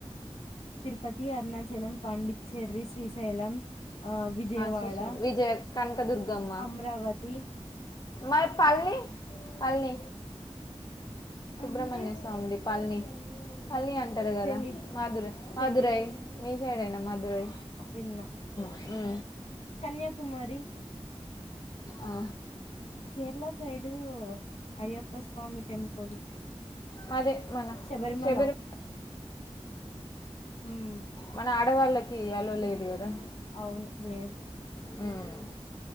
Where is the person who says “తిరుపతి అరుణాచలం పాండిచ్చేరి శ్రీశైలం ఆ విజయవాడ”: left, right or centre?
Left